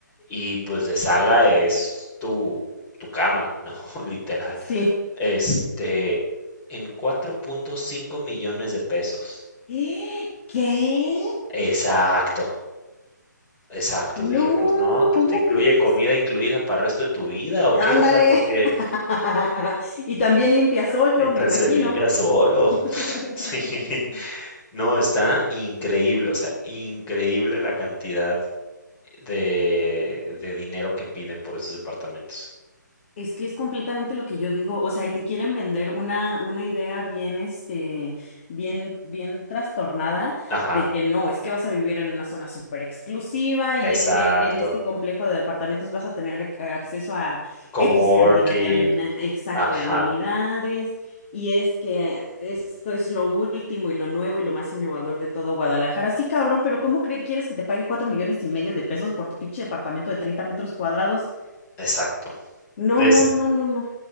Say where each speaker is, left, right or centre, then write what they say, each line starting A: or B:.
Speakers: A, on the left (about 15°); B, on the left (about 35°).
A: y pues de sala es tu, tu cama, ¿no? <laughs> Literal.
B: sí.
A: Este, en 4.5 millones de pesos.
B: ¡Eh! ¿Qué?
A: Exacto. Exacto,
B: No,
A: dije, pues no, pues,
B: ¿cómo
A: te incluye
B: crees?
A: comida incluida para el resto de tu vida, ¿o
B: Ándale.
A: qué? O sea, porque
B: <laughs> Y también limpia solo,
A: ahorita
B: me imagino.
A: se limpia solo.
B: <laughs>
A: <laughs> Sí, no, está increíble, o sea, increíble la cantidad de, de dinero que piden por esos departamentos.
B: Es que es completamente lo que yo digo, o sea, y te quieren vender una, una idea bien, este, bien, bien trastornada
A: Ajá,
B: de que no, es que vas a vivir en una zona súper exclusiva y
A: exacto.
B: es que en este complejo de departamentos vas a tener ac- eh, acceso a
A: Coworking,
B: X cantidad de amena- exacto,
A: ajá,
B: de amenidades y es que esto es lo último y lo nuevo y lo más innovador de todo Guadalajara. Sí, cabrón, pero ¿cómo cre- quieres que te pague cuatro millones y medio de pesos por tu pinche departamento de 30 metros cuadrados?
A: exacto.
B: No,
A: Es
B: no, no, no, no.